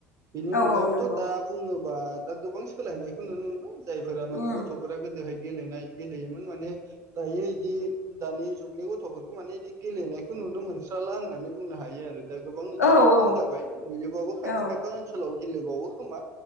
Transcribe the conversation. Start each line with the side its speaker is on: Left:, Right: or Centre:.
Right: बेनि
Left: औ
Right: अनगायैबोथ'
Left: औ नंगौ
Right: दा बुङोबा दा गोबां सोलायनायखौ नुनो मोनबाय जायफोरा माने
Left: उम
Right: गथ'फोरा गोदोहाय गेलेनाय गेलेयोमोन माने दायो बिदि दानि जुग नि गथ'फोरखौ माने बिदि गेलेनायखौ नुनो मोनस्राला होननानै बुंनो हायो आरो दा गोबां बिदिनो
Left: औ औ
Right: खम जाबाय नुयोबाबो खायफा
Left: औ
Right: खायफा ओनसोलाव गेलेबावो खोमा